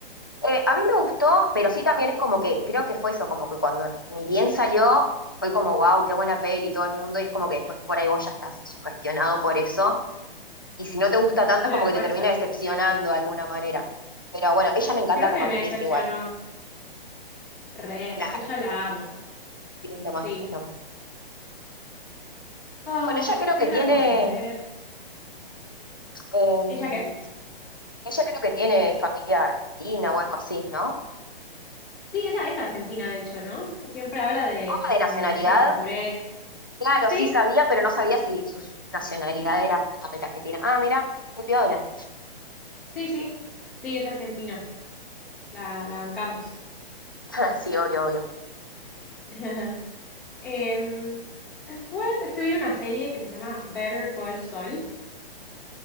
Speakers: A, on the left; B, in the centre.
A: eh, a mí me gustó, pero sí también es como que creo que fue eso, como que cuando ni bien salió, fue como, wow, qué buena peli todo el mundo, y es como que después por ahí vos ya estás sugestionado por eso. Y si no te gusta tanto,
B: claro,
A: es como que
B: puede
A: te termina
B: ser.
A: decepcionando de alguna manera. Pero bueno, ella me encanta
B: Creo
A: como
B: que
A: actriz
B: me decepcionó,
A: igual,
B: re,
A: claro.
B: ella la amo,
A: Sí, es lo más,
B: sí.
A: es lo más.
B: Ah,
A: Bueno, ella creo
B: ¿qué
A: que
B: otra
A: tiene,
B: cosa? A ver.
A: em,
B: ¿Ella qué?
A: ella creo que tiene familia argentina o algo así, ¿no?
B: Sí, ella es argentina, de hecho, ¿no? Siempre habla de
A: Ah, de
B: la
A: nacionalidad
B: milanesa con puré.
A: Claro,
B: Sí,
A: sí sabía,
B: es-
A: pero no sabía si su nacionalidad era justamente argentina. Ah, mira, qué piola.
B: sí, sí. Sí, es argentina. La, la bancamos.
A: <laughs> Sí, obvio, obvio.
B: <laughs> Em, después estoy viendo una serie que se llama Better Call Saul.